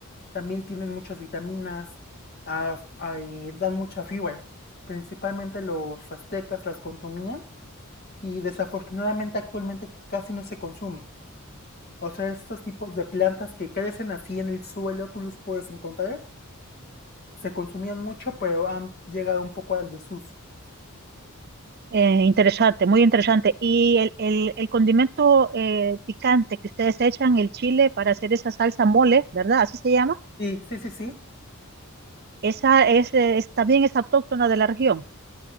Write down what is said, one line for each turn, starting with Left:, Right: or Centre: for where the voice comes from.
Left: También tienen muchas vitaminas, a- a- eh, dan mucha fibra. Principalmente los aztecas las consumían y desafortunadamente actualmente casi no se consume. O sea, estos tipos de plantas que crecen así en el suelo, tú los puedes encontrar. Se consumían mucho, pero han llegado un poco al desuso.
Right: Eh, interesante, muy interesante. Y el, el, el condimento eh, picante que ustedes echan, el chile, para hacer esa salsa mole, ¿verdad? Así se llama.
Left: Sí, sí, sí, sí.
Right: Esa es, eh, es- también es autóctona de la región.